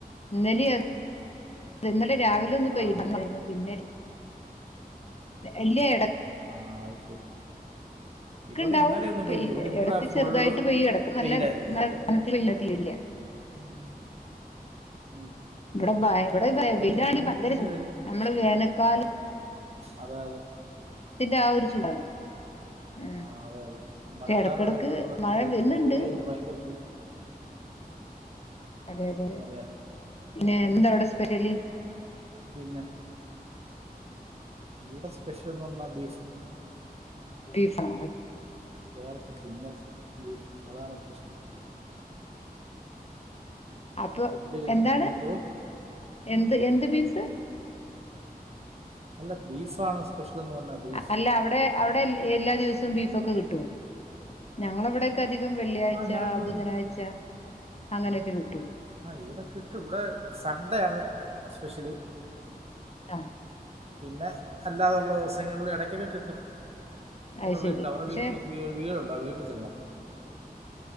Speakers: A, on the left; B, on the right.
A: ഇല ഇന്നലെ രാവിലെ ഒന്ന് പെയ്തു
B: ആ
A: പിന്നെ ഇല്ല ഇടയ്
B: ആ ശരി
A: ഒക്ക
B: ഇവിടെ
A: ഉണ്ടാവും
B: ഇന്നലെ ഒന്നും പെയ്തില്ല ഇവിടെ ഇന്നലെ
A: ഇടക്ക്
B: ഫുള്ള്
A: ചെറുതായിട്ട് പോയി ഇടക്ക് നല്ല-
B: വെയിലായിരുന്നു
A: ല്ല ഇല്ല
B: <inaudible>
A: ഇവിടെ ഇവിടെതാണങ്കി
B: ഇടയ്ക്കിടയ്ക്കുണ്ട്
A: ഭയങ്കര
B: ഇനി വരും
A: നമ്മള് വേനക്കാല
B: അതെ അതെ
A: അതിന്റെ ആ ഒരു ചൂടാണ് ഉം
B: ആ അതെ അതെ
A: പക്ഷെ
B: മഴക്കാലമായിട്ടുള്ള
A: ഇടക്കിടക്ക് മഴ
B: ചൂട്
A: വരുന്നുണ്ട്
B: വെയിലന് ഭയങ്കര ചൂട്
A: അത അതെത
B: അതെയാ
A: പിന്നെ എന്തവിടെ ലി <unintelligible>
B: പിന്നെ ഇവിടെ സ്പെഷ്യൽന്ന് പറഞ്ഞാ ബീഫ്
A: ബീഫ്
B: വേ ഇന്ന ബീഫ അതാണ് സ്പെഷ്യൽ
A: അപ്പൊ
B: ഫുഡ് കഴിഞ്ഞ്
A: എന്താണ്
B: എന്തോ
A: എന്ത് എന്ത് പീസ്
B: അല്ല ബീഫ ആണോ സ്പഷിയൽ ന്ന് പറഞ്ഞ ബീസ്
A: അല്ല അവിടെ അവിടെ എല്ലാ ദിവസവും ബീഫൊക്കെ കിട്ടും ഞങ്ങളവിടെക്കെ അ അം വെള്ളിയാഴ്ച
B: ആ ഞങ്ങൾക്കിവിടെ
A: ബുധനാഴ്ച അങ്ങനൊക്കെ കിട്ടുള്ളൂ
B: ആഹ് ഇവിടെ കിട്ടും ഇവിടെ സൺണ്ടേ ആണ് സ്പെഷ്യലി
A: ആഹ
B: പിന്നെ അല്ലാതുള്ള ദിവസങ്ങളില് ഇടക്കൊക്കെ കിട്ടും
A: അത്
B: വടെ
A: ശരി
B: വീട്ടില് അവറെ
A: പക്ഷെ
B: വീട്ടില് വി വീടുണ്ട് അ വീട്ട് ചെല്ലണം